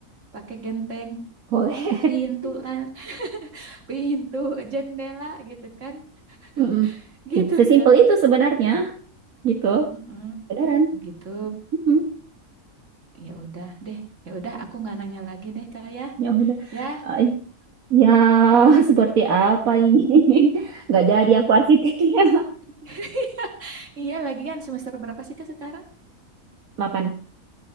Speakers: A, on the right; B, on the right.
A: pakai genteng
B: Boleh.
A: pintu
B: <laughs>
A: lan pintu jendela gitu kan
B: Mm-mm.
A: <laughs> gitu
B: Sim- Sesimpel
A: kan
B: itu sebenarnya gitu.
A: Mm-mm.
B: Beneran.
A: gitu
B: Mm-mm.
A: ya udah deh ya udah aku nggak nanya lagi deh kak ya
B: Ya udah.
A: ya
B: Ay, ya, <laughs> seperti apa ini? <laughs> Nggak jadi aku arsiteknya.
A: <laughs> iya lagian semester berapa sih kak sekarang
B: <laughs> 8.